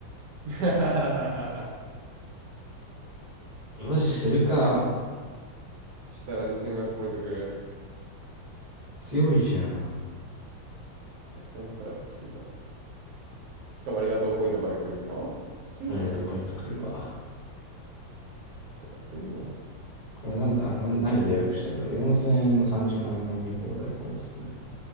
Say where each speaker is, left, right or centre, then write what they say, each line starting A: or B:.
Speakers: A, on the right; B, on the right.
A: <laughs>
B: ロジするか。
A: したら2500ポイントくる。
B: 強いじゃん。
A: 確かにこれは欲しいな。しかもありがとうポイントまで来るんやろめっちゃいいやん。
B: ありがとう、
A: こ
B: ポイント来るわ。
A: れやってみるもんや。
B: これなんだな何で予約してんだろう ?4000 円の3時間飲み放題コース。